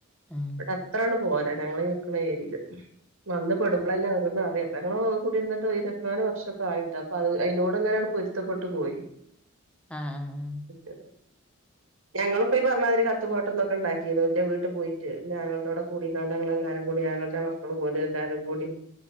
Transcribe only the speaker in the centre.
ആഹ്
ആഹ് ആ ആ്